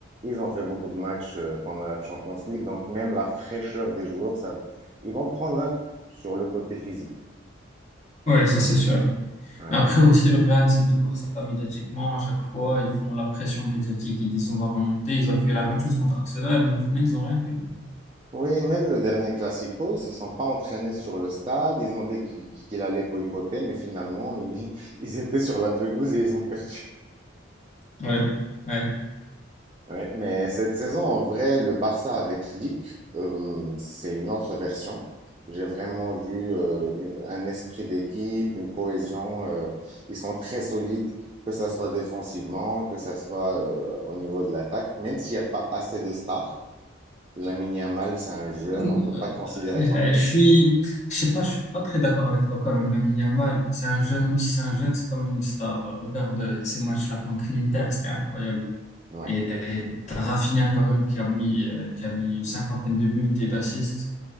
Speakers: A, on the right (about 25°); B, on the left (about 35°).
A: Ils ont fait beaucoup de matchs euh, pendant la Champions League. Donc même la fraîcheur des joueurs, ça, ils vont prendre un coup sur le côté physique.
B: Ouais, ça, c'est sûr.
A: Ouais.
B: Mais après aussi, le Real, c'est toujours ça médiatiquement. À chaque fois, ils font la pression médiatique. Ils disent, on va remonter. Ils ont fait la même chose contre Arsenal, mais au final, ils n'ont rien fait. Ouais.
A: Oui, même le dernier Classico, ils se sont pas entraînés sur le stade. Ils ont dit qu'il qu'il allait boycotter, mais finalement, ils, <laughs> ils étaient sur la pelouse et ils ont perdu.
B: Ouais. Ouais.
A: Ouais, mais cette saison, en vrai, le Barça avec Flick, euh, c'est une autre version. J'ai vraiment vu euh, une- un esprit d'équipe, une cohésion. euh, ils sont très solides, que ça soit défensivement, que ça soit euh, au niveau de l'attaque. Même s'il n'y a pas assez de stars, Lamine Yamal, c'est un jeune,
B: Euh,
A: on ne peut pas considérer
B: euh,
A: comme...
B: Je suis, je sais pas, je suis pas très d'accord avec toi quand même. Lamine Yamal, c'est un jeune, même si c'est un jeune, c'est quand même une star. Regarde euh, ces matchs-là contre l'Inter, c'était incroyable.
A: Ouais.
B: Et euh, t'as Rafinha quand même qui a mis, euh, qui a mis une cinquantaine de buts et d'assists.